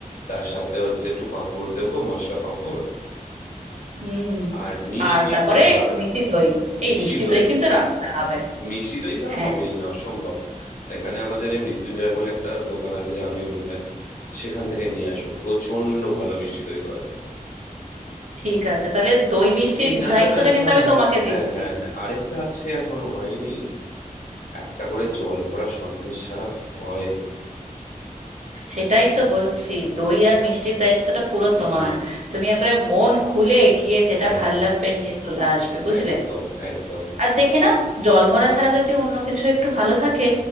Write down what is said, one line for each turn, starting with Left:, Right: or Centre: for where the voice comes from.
Left: তার সাথে হচ্ছে একটু পাঁপড় দেবো মশলা পাঁপড়
Right: হুম
Left: আর মিষ্টিটা
Right: আর তারপরে একটু মিষ্টি দই এই
Left: মিষ্টি
Right: মিষ্টি
Left: দই
Right: দই কিন্তু রাখতে হবে
Left: মিষ্টি দই ছাড়া
Right: হ্যাঁ
Left: হবেই না অসম্ভব এখানে আমাদের এই মৃত্যুঞ্জয় বলে একটা দোকান আছে জানোই বোধহয় সেখান থেকে নিয়ে আসবো প্রচন্ড ভালো মিষ্টি দই করে
Right: ঠিক আছে তাহলে দই মিষ্টির
Left: এই না
Right: দায়িত্বটা
Left: না না এখনো
Right: কিন্তু আমি
Left: হয়নি
Right: তোমাকে
Left: হ্যাঁ
Right: দিচ্ছি
Left: হ্যাঁ হ্যাঁ আরেকটা আছে এখনো হয়নি একটা করে জল ভরা সন্দেশ ছাড়া হয়
Right: সেটাই তো বলছি দই আর মিষ্টির দায়িত্বটা পুরো
Left: হুম
Right: তোমার তুমি একবারে মন খুলে গিয়ে যেটা
Left: হ্যাঁ
Right: ভাল লাগবে নিয়ে চলে আসবে বুঝলে
Left: একদম একদম
Right: আর দেখে নাও জল ভরা ছাড়া যদি অন্য কিছু একটু ভালো থাকে